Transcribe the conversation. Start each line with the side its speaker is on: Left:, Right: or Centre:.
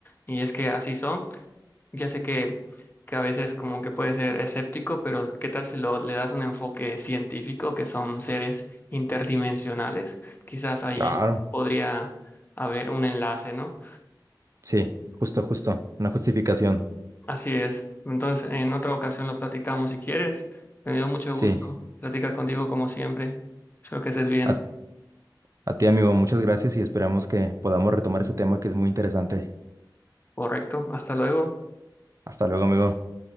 Left: y es que así son, ya sé que, que a veces como que puede ser escéptico, pero ¿qué tal si lo, le das un enfoque científico que son seres interdimensionales? Quizás ahí
Right: claro,
Left: podría haber un enlace, ¿no?
Right: sí, justo, justo, una justificación,
Left: Así es. Entonces, en otra ocasión lo platicamos si quieres. Me dio mucho
Right: sí.
Left: gusto platicar contigo como siempre. Espero que estés bien.
Right: A, a ti, amigo, muchas gracias y esperamos que podamos retomar este tema que es muy interesante.
Left: Correcto. Hasta luego.
Right: Hasta luego, amigo.